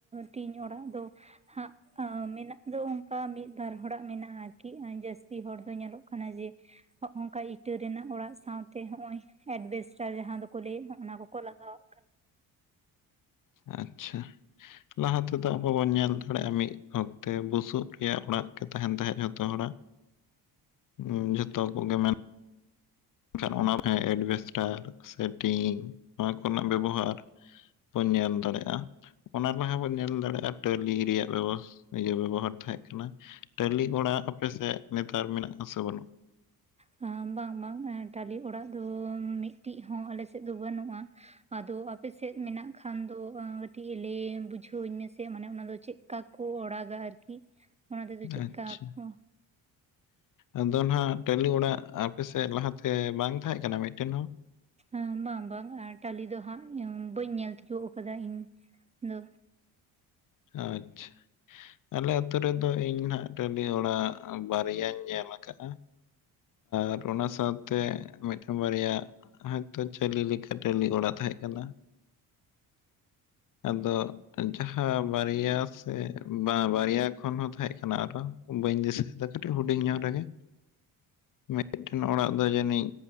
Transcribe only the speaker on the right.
ᱴᱤᱧ ᱚᱲᱟᱜ ᱫᱚ ᱦᱟᱸᱜ, ᱚᱸ ᱢᱮᱱᱟᱜ ᱫᱚ ᱚᱱᱠᱟ ᱢᱤᱫᱵᱟᱨ ᱦᱚᱲᱟᱜ ᱢᱮᱱᱟᱜᱼᱟ ᱟᱨᱠᱤ ᱡᱟᱹᱥᱛᱤ ᱦᱚᱲ ᱫᱚ ᱧᱮᱞᱚᱜ ᱠᱟᱱᱟ ᱡᱮ, ᱦᱚᱜᱝᱠᱟ ᱤᱴᱟᱹ ᱨᱮᱱᱟᱜ ᱚᱲᱟᱜ ᱥᱟᱶᱛᱮ ᱦᱚᱜ-ᱚᱭ, ᱮᱰᱮᱥᱴᱟᱨ ᱡᱟᱦᱟᱸ ᱫᱚᱠᱚ ᱞᱟᱹᱭᱮᱫ ᱚᱱᱟ ᱠᱚᱠᱚ ᱞᱟᱜᱟᱣᱟᱜ ᱠᱟᱱᱟ᱾
ᱵᱟᱝ ᱵᱟᱝ ᱴᱟᱹᱞᱤ ᱚᱲᱟᱜ ᱫᱚ ᱢᱤᱫᱴᱤᱡ ᱦᱚᱸ ᱟᱞᱮᱥᱮᱫ ᱫᱚ ᱵᱟᱹᱱᱩᱜᱼᱟ᱾ ᱟᱫᱚ ᱟᱯᱮᱥᱮᱜ ᱢᱮᱱᱟᱜ ᱠᱷᱟᱱ ᱫᱚ ᱟᱸ ᱠᱟᱹᱴᱤᱡ ᱞᱟᱹᱭ ᱵᱩᱡᱷᱟᱹᱣ ᱟᱹᱧ ᱢᱮᱥᱮ ᱢᱟᱱᱮ ᱚᱱᱟ ᱫᱚ ᱪᱮᱫ ᱠᱟ ᱠᱚ ᱚᱲᱟᱜᱟ ᱟᱨᱠᱤ? ᱚᱱᱟ ᱛᱮᱫᱚ ᱪᱮᱫᱠᱟ
ᱠᱚ
ᱮᱸ ᱵᱟᱝ ᱵᱟᱝ ᱴᱟᱞᱤ ᱫᱚ ᱦᱟᱸᱜ ᱵᱟᱹᱧ ᱧᱮᱞ ᱛᱤᱠᱟᱹ ᱟᱠᱟ ᱫᱟ ᱤᱧ ᱫᱚ᱾